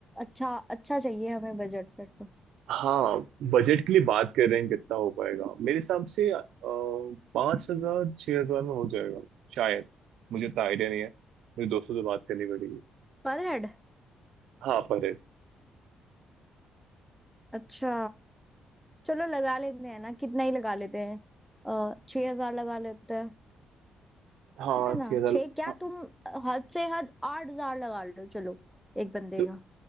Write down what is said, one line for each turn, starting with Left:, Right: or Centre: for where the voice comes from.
Centre: अच्छा अच्छा चाहिए हमें बजट फिर तो
Right: हाँ बजट के लिए बात कर रहे हैं कितना हो पाएगा मेरे हिसाब से पाँच हजार छह हजार में हो जाएगा शायद मुझे इतना आइडिया नहीं है मेरे दोस्तों से बात करनी पड़ेगी
Centre: पर हेड
Right: हाँ पर head।
Centre: अच्छा चलो लगा लेते हैं ना कितना ही लगा लेते हैं अः छह हजार लगा लेते हैं
Right: हाँ
Centre: है ना
Right: छह हजार
Centre: छह क्या
Right: हाँ,
Centre: तुम हद से हद आठ हजार लगा लो चलो एक बंदे
Right: तो
Centre: का